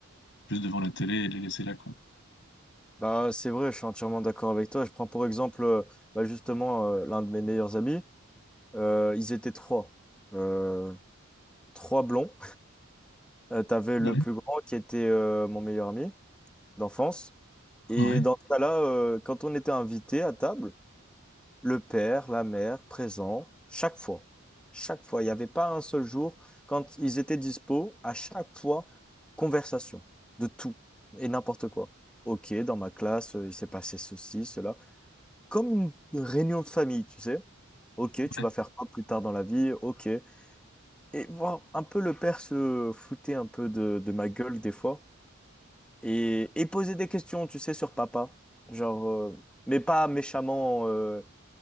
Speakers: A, on the left; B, in the centre.
A: juste devant la télé et les laisser là, quoi.
B: Bah, c'est vrai, je suis entièrement d'accord avec toi. Je prends pour exemple euh, bah, justement euh, l'un de mes meilleurs amis. Euh, ils étaient trois. Euh, trois blonds. Euh, t'avais
A: Ouais.
B: le plus grand qui était euh, mon meilleur ami d'enfance. Et
A: Ouais,
B: dans ce cas-là, euh, quand on était invité à table, le père, la mère, présent, chaque fois. Chaque fois. Il n'y avait pas un seul jour. Quand ils étaient dispo, à chaque fois, conversation de tout et n'importe quoi. Ok, dans ma classe, euh, il s'est passé ceci, cela. Comme une réunion de famille, tu sais. Ok, tu
A: ouais,
B: vas faire quoi plus tard dans la vie? Ok. Et voir un peu le père se foutait un peu de de ma gueule des fois et, et poser des questions, tu sais, sur papa. Genre, euh, mais pas méchamment, euh,